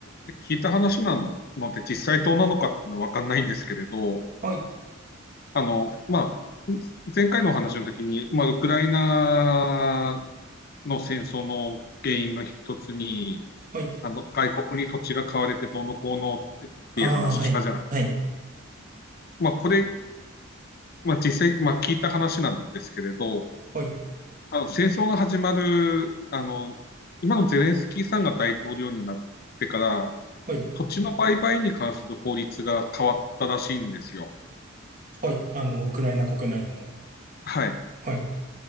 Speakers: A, on the left (about 50°); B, on the right (about 40°).
A: で聞いた話なので、実際どうなのかっていうのは分かんないんですけれど、
B: はい、
A: あの、まあ、前回のお話の時に、まあ、ウクライナの戦争の原因の一つに、
B: はい。
A: あの、外国に土地が買われてどうのこうのっていう話したじゃない。
B: ああ、はい、はい、
A: まあ、これ、まあ、実際、まあ、聞いた話なんですけれど、
B: はい、
A: あの、戦争が始まる、あの、今のゼレンスキーさんが大統領になってから、
B: はい、
A: 土地の売買に関する法律が変わったらしいんですよ。
B: はい。あの、ウクライナ国内の、
A: はい。
B: はい、